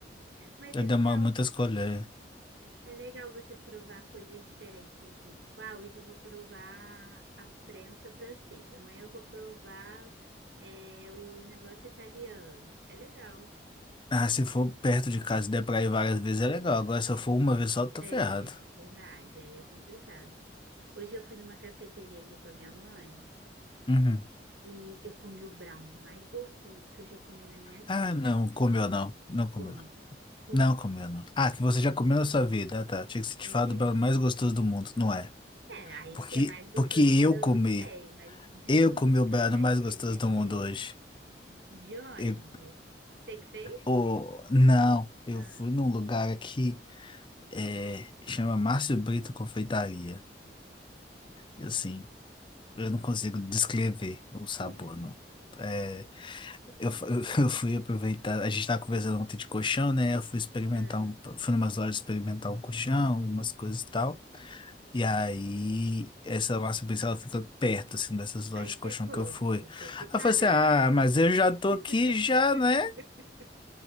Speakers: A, on the right; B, on the left.
A: Mas
B: Eu
A: é
B: demoro
A: legal
B: muito a escolher.
A: É legal você provar coisas diferentes, assim. Tipo, ah, hoje eu vou provar a prensa francesa, amanhã eu vou provar é, o negócio italiano. É legal.
B: Ah, se for perto de casa e der pra ir várias vezes é legal. Agora, se eu for uma vez só, tô
A: É,
B: ferrado.
A: verdade, aí é complicado. Hoje eu fui numa cafeteria aqui com a minha mãe
B: Uhum.
A: e eu comi o brownie mais gostoso que eu já comi na minha vida.
B: Ah, não, comeu não. Não comeu.
A: Come, come,
B: Não comeu não. Ah, que você
A: come.
B: já comeu na sua vida. Ah, tá. Tinha que ser te
A: É,
B: falar do baiano mais gostoso do mundo, não é?
A: é, aí
B: Porque,
A: se é mais gostoso
B: porque eu
A: do mundo eu
B: comi.
A: não sei, mas de,
B: Eu
A: dos
B: comi o
A: que
B: baiano
A: eu já
B: mais
A: experimentei.
B: gostoso do mundo hoje.
A: De onde?
B: Eu,
A: Você que fez?
B: oh, não, eu
A: Ah,
B: fui num lugar aqui, é, chama Márcio Brito Confeitaria. E assim, eu
A: hum.
B: não consigo descrever o sabor,
A: <laughs>
B: não. É, Eu, fu- <laughs> eu fui aproveitar, a gente estava conversando ontem de colchão, né? Eu fui experimentar
A: Ah.
B: um, fui numas lojas experimentar um colchão, umas coisas e tal. E aí, essa Márcia Pizza, ela fica perto, assim, dessas lojas
A: Aí
B: de
A: você,
B: colchão
A: pô,
B: que eu fui.
A: vou ter que
B: Aí
A: parar,
B: eu falei assim, ah,
A: né?
B: mas eu
A: <laughs>
B: já tô aqui já, né?